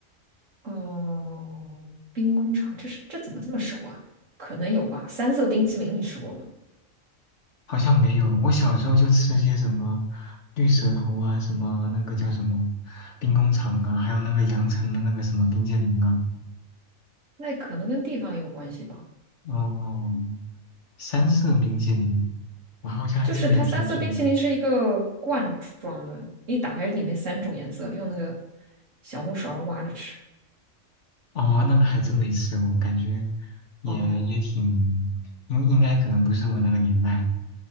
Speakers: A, on the right; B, on the left.
A: 嗯、冰工厂，这是这怎么这么熟啊？可能有吧，三色冰淇淋你吃过吗？
B: 好像没有，我小时候就吃些什么绿舌头啊，什么那个叫什么兵工厂啊，还有那个羊城的那个什么冰激凌啊。
A: 那可能跟地方也有关系吧。
B: 哦，三色冰淇淋，我好像还真没听说过。
A: 就是它三色冰淇淋是一个罐装的，一打开里面三种颜色，用那个小木勺挖着吃。
B: 哦，那个还真没吃过，感觉也也挺，
A: 哦
B: 应应该可能不是我那个年代